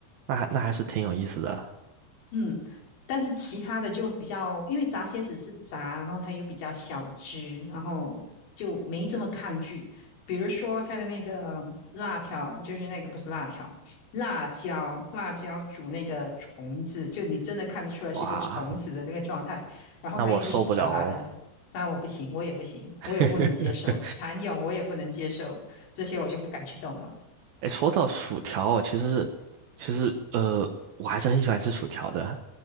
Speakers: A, on the right; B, on the left.
A: 那还那还是挺有意思的，
B: 嗯，但是其他的就比较，因为炸蝎子是炸，然后它又比较小只，然后就没这么抗拒。比如说它的那个辣条，就是那个不是辣条，辣椒，辣椒煮那个虫子，就你真的看得出来是一个虫子的那个状态，
A: 哇，
B: 然后它又不是炸的，
A: 那我受不了哦。
B: 那我不行，我也不行，
A: <laughs>
B: 我也不能接受，蚕蛹我也不能接受，这些我就不敢去动了。
A: 哎，说到薯条哦，其实是其实呃，我还是很喜欢吃薯条的。